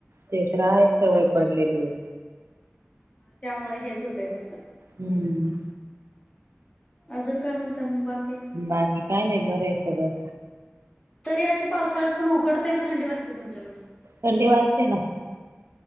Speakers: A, on the right (about 65°); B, on the left (about 20°).
A: ते तर आहे सवय पडलेली
B: त्यामुळे हेच होते तसं
A: हम्म
B: अजून काय म्हणता म बाकी
A: बाकी काय नाही बरं हे सगळं
B: तरी अशी पावसाळ्यात पण उकडतं का थंडी वाजते तुमच्याकडं
A: थंडी वाजते ना